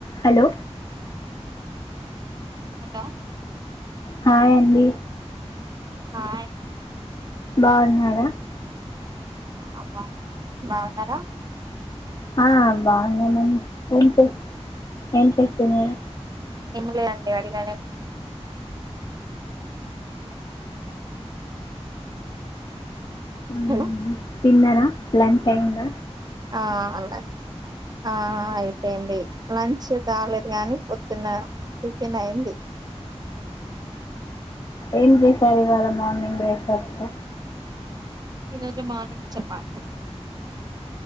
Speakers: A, on the left; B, on the right.
A: హలో
B: హలో
A: హాయ్ అండి
B: హాయ్
A: బాగున్నారా,
B: అ బాగున్నార,
A: ఆ బాగున్నాము అండి ఏం చే ఏం చేస్తున్నారు,
B: ఏం లేదండి అడిగానే, <inaudible>
A: మ్మ్,
B: హలో
A: తిన్నారా లంచ అయింద
B: ఆ అన్నై ఆ ఆయి పెంది లంచ్ కాలేదు గానీ పొద్దున్న టిఫిన్ అయ్యంది
A: ఏం చేశారు ఇవాళ మార్నింగ్ బ్రేక్ఫాస్ట్ లో
B: ఈరోజు మార్నింగ్ చపాతి